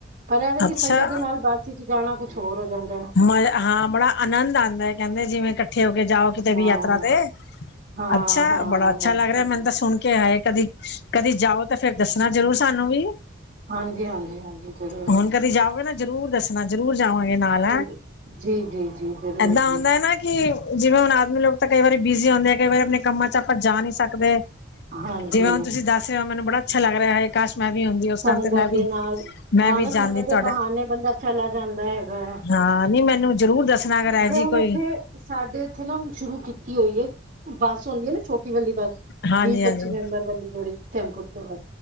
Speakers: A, on the right (about 45°); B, on the left (about 60°).
A: ਪਰ ਐਵੇਂ ਕਿ
B: ਅੱਛਾ
A: ਬਸ 'ਚ ਜਾਣਾ ਕੁਛ ਹੋਰ ਹੋ ਜਾਂਦਾ ਹੈ।
B: ਮ ਹਾਂ ਬੜਾ ਆਨੰਦ ਆਂਦਾ ਹੈ ਕਹਿੰਦੇ ਜਿਵੇਂ ਇਕੱਠੇ ਹੋ ਕੇ ਜਾਓ ਕਿਤੇ ਵੀ
A: ਹਾਂ।
B: ਯਾਤਰਾ ਤੇ,
A: ਹਾਂ
B: ਅੱਛਾ,
A: ਹਾਂ
B: ਬੜਾ ਅੱਛਾ
A: ਬਸ
B: ਲੱਗ ਰਿਹਾ ਮੈਨੂੰ ਤਾਂ ਸੁਣ ਕੇ ਹਾਏ ਕਦੀ-ਕਦੀ ਜਾਓ ਤਾਂ ਫੇਰ ਦੱਸਣਾ ਜ਼ਰੂਰ ਸਾਨੂੰ ਵੀ।
A: ਹਾਂਜੀ ਹਾਂਜੀ ਹਾਂਜੀ ਜ਼ਰੂਰ
B: ਹੁਨ ਕਦੀ ਜਾਓਗੇ ਨਾ, ਜਰੂਰ ਦੱਸਨਾ ਜ਼ਰੂਰ ਜਾਵਾਂਗੇ ਨਾਲ ਹੈ।
A: ਜੀ ਜੀ, ਜੀ, ਜੀ ਜ਼ਰੂਰ
B: ਏਦਾਂ
A: ਜੀ।
B: ਹੁੰਦਾ ਨਾ ਕਿ ਜਿਵੇਂ ਹੁਨ ਆਦਮੀ ਲੋਕ ਤਾਂ ਕਈ ਵਾਰੀ ਬਿਜ਼ੀ ਹੋਂਦੇ, ਕਈ ਵਾਰੀ ਆਪਣੇ ਕੰਮਾਂ 'ਚ ਆਪਾਂ ਜਾ ਨਹੀਂ ਸਕਦੇ।
A: ਹਾਂਜੀ
B: ਜਿਵੇਂ ਹੁਨ ਤੁਸੀਂ ਦੱਸ ਰਹੇ ਹੋ ਮੈਨੂੰ ਬੜਾ ਅੱਛਾ ਲੱਗ ਰਿਹਾ ਹਾਏ। ਕਾਸ਼ ਮੈਂ ਵੀ ਹੁੰਦੀ ਉਸ
A: ਸੰਗਤ
B: ਟਾਈਮ ਤੇ ਮੈਂ ਵੀ
A: ਦੇ ਨਾਲ
B: ਮੈਂ
A: ਹਾਂ
B: ਵੀ
A: ਨਾ
B: ਜਾਂਦੀ
A: ਸੰਗਤ ਦੇ
B: ਤੁਹਾਡੇ
A: ਬਹਾਨੇ ਬੰਦਾ ਚੱਲਾ ਜਾਂਦਾ ਹੈਗਾ ਆ।
B: ਹਾਂ ਨੀ ਮੈਨੂੰ ਜ਼ਰੂਰ ਦੱਸਣਾ ਅਗਰ ਇਹੋ ਜੀ
A: ਹੁਣ
B: ਕੋਈ
A: ਇੱਥੇ ਸਾਡੇ ਇੱਥੇ ਨਾ ਹੁਣ ਸ਼ੁਰੂ ਕੀਤੀ ਹੋਈ ਏ, ਬੱਸ ਹੁੰਦੀ ਹੈ ਨਾ ਛੋਟੀ ਵਾਲੀ ਬੱਸ
B: ਹਾਂਜੀ
A: ਵੀਹ ਪੱਚੀ
B: ਹਾਂਜੀ
A: ਮੈਂਬਰ ਵਾਲੀ ਜੇੜੀ ਟੈਮਪੋ ਟ੍ਰੇਵਲ